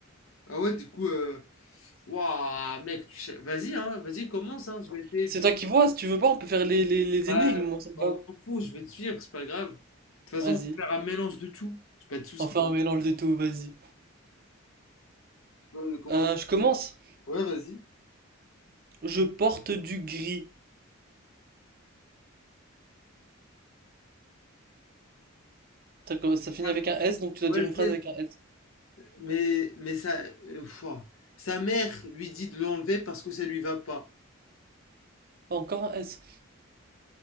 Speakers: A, on the left; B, on the right.
A: Ah ouais, du coup, euh, waouh, mec, tu cher- vas-y, hein, vas-y, commence, hein, je vais essayer
B: C'est
A: de.
B: toi qui vois, si tu veux pas, on peut faire les, les, les
A: Bah,
B: énigmes, moi, ça me
A: on
B: va.
A: s'en fout, je vais te suivre, c'est pas grave. De toute façon,
B: Vas-y.
A: on peut faire un mélange de tout, j'ai pas de soucis.
B: On fait un mélange de tout, vas-y.
A: Tu peux commencer.
B: Euh, je commence.
A: Ouais, vas-y.
B: Je porte du gris. Ça, commence- ça finit
A: Ah,
B: avec un S, donc tu dois
A: Ouais,
B: dire
A: je
B: une
A: sais,
B: phrase
A: je-
B: avec un S.
A: mais, mais ça, euh, pouah. sa mère lui dit de l'enlever parce que ça lui va pas.
B: Ah, encore un S.